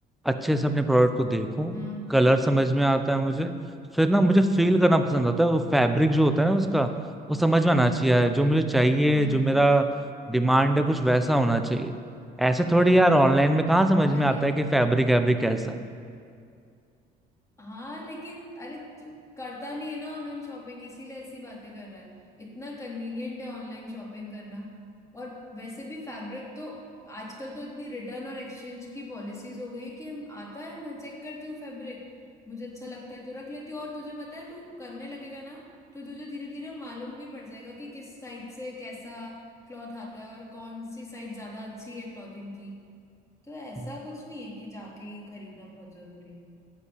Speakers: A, in the centre; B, on the left.
A: अच्छे से अपने प्रोडक्ट को देखूं
B: हम्म
A: कलर समझ में आता है मुझे फिर ना मुझे फील करना पसंद आता है वो फैब्रिक जो होता है ना उसका वो समझ में आना चाहिए जो मुझे चाहिए
B: हम्म
A: जो मेरा डिमांड है कुछ वैसा होना चाहिए ऐसे थोड़ी यार ऑनलाइन में कहाँ समझ
B: अरे
A: में आता है कि फैब्रिक वैब्रिक कैसा
B: हाँ लेकिन अरे तू करता नहीं है ना ऑनलाइन शॉपिंग इसीलिए ऐसी बातें कर रहा है इतना कन्वीनियंट है ऑनलाइन शॉपिंग करना और वैसे भी फैब्रिक तो आजकल तो इतनी रिटर्न और एक्सचेंज की पॉलिसीज हो गई है कि हम आता है मैं चेक करती हूँ फैब्रिक मुझे अच्छा लगता है तो रख लेती हूँ और तुझे पता है तू करने लगेगा ना तो तुझे धीरे धीरे मालूम भी पड़ जाएगा कि किस साइड से कैसा क्लॉथ आता है और कौन सी साइड ज्यादा अच्छी है क्लॉथिंग की तो ऐसा
A: है
B: कुछ नहीं है कि जाके ही खरीदना बहुत जरूरी है